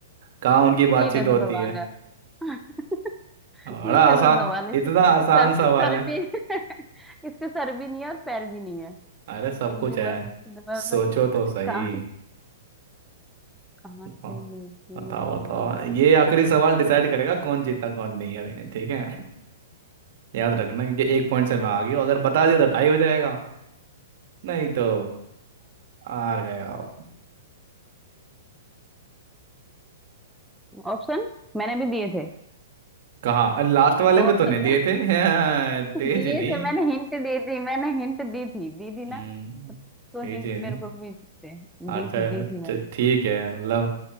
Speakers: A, on the right; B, in the centre.
A: कहाँ उनकी बातचीत
B: ये कैसा
A: होती
B: सवाल
A: है
B: है <laughs>
A: बड़ा
B: ये कैसा
A: आसान
B: सवाल है इसके
A: इतना
B: सर भी
A: आसान
B: सर
A: सवाल
B: सर
A: है
B: भी <laughs> इसके सर भी नहीं है और पैर भी नहीं है
A: अरे सब
B: एक
A: कुछ
B: दीवार
A: है
B: दूसरी दीवार
A: सोचो
B: पर
A: तो सही
B: <laughs> कहाँ कहाँ से
A: ब-
B: मिलती
A: बताओ
B: है
A: बताओ ये आखिरी सवाल डिसाइड करेगा कौन जीता कौन नहीं अरे ठीक है याद रखना क्योंकि एक पॉइंट से मैं आ गई हूँ अगर बता दिया तो टाई हो जाएगा नहीं तो हार गया
B: ऑप्शन मैंने भी दिए थे
A: कहाँ लास्ट वाले
B: दो
A: में
B: ऑप्शन
A: तो नहीं दिए थे <laughs> हाँ,
B: <laughs>
A: तेज
B: दिए
A: नहीं
B: थे मैंने हिंट दी थी मैंने हिंट दी थी दी थी
A: हम्म
B: ना तो
A: तेज
B: हिंट
A: है
B: मेरे को भी थे
A: अच्छा
B: दी थी दी
A: अच्छा,
B: थी मैंने
A: ठीक है मतलब